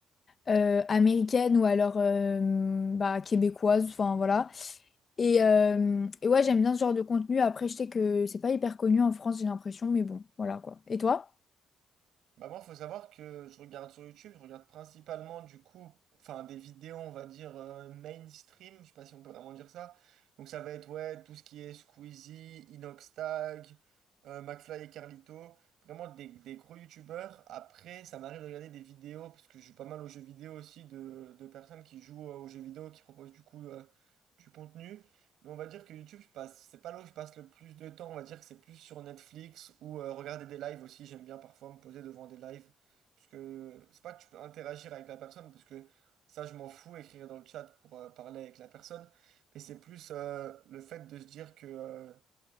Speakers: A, on the left; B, on the right.
A: euh, américaines ou alors euh, bah, québécoises, enfin voilà. Et, euh, et ouais, j'aime bien ce genre de contenu. Après, je sais que c'est pas hyper connu en France, j'ai l'impression, mais bon, voilà quoi. Et toi?
B: Bah moi, faut savoir que je regarde sur YouTube, je regarde principalement du coup, enfin des vidéos, on va dire euh, mainstream, je sais pas si on peut vraiment dire ça. Donc ça va être ouais, tout ce qui est Squeezie, Inoxtag, euh, McFly et Carlito, vraiment des, des gros YouTubeurs. Après, ça m'arrive de regarder des vidéos, parce que je joue pas mal aux jeux vidéo aussi, de, de personnes qui jouent euh, aux jeux vidéo, qui proposent du coup euh, du contenu. Mais on va dire que YouTube, je passe, c'est pas là où je passe le plus de temps. On va dire que c'est plus sur Netflix ou euh, regarder des lives aussi. J'aime bien parfois me poser devant des lives. Parce que c'est pas que tu peux interagir avec la personne, parce que ça, je m'en fous, écrire dans le chat pour euh, parler avec la personne. Mais c'est plus euh, le fait de se dire que euh,